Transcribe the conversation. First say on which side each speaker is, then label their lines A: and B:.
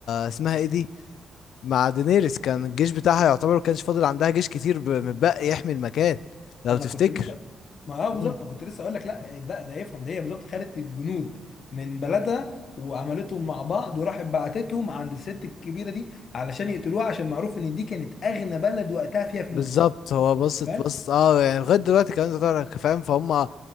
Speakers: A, on the left; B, on the left.
A: اسمها ايه دي مع دينيريس كان الجيش بتاعها يعتبر ما كانش فاضل عندها جيش كتير ب... متبقي يحمي المكان لو
B: ما
A: تفتكر
B: انا كنت لسه ما هو
A: مم.
B: بالظبط ما كنت لسه اقول لك لا ده ده يفهم ده هي بالظبط خدت الجنود من بلدها وعملتهم مع بعض وراحت بعتتهم عند الست الكبيره دي علشان يقتلوها عشان معروف ان دي كانت اغنى بلد وقتها فيها فلوس
A: بالظبط هو بصت
B: فاهم
A: بص اه يعني لغايه دلوقتي كمان انت تعرف فاهم فهم